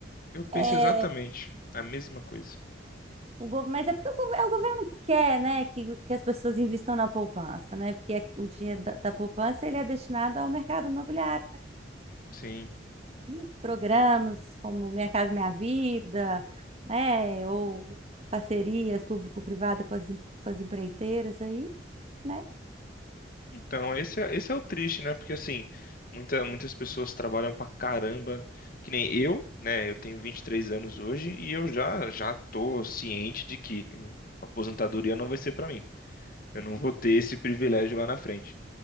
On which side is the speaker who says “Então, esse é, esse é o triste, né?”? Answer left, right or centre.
Left